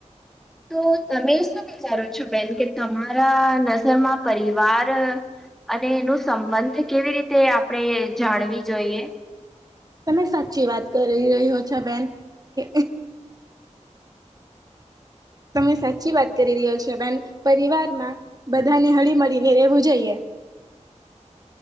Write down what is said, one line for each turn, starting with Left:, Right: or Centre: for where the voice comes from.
Centre: તો તમે શું? સારું છું બેન કે તમારા નજરમાં પરિવાર અને એનું સંબંધ કેવી રીતે આપણેે જાણવી જોઈએ?
Right: તમે સાચી વાત કરી રહ્યો છો બેન કે તમે સાચી વાત કરી રહ્યો છો બેન પરિવારમાં બધાને હળી મળીને રહેવું જઈએ. <unintelligible>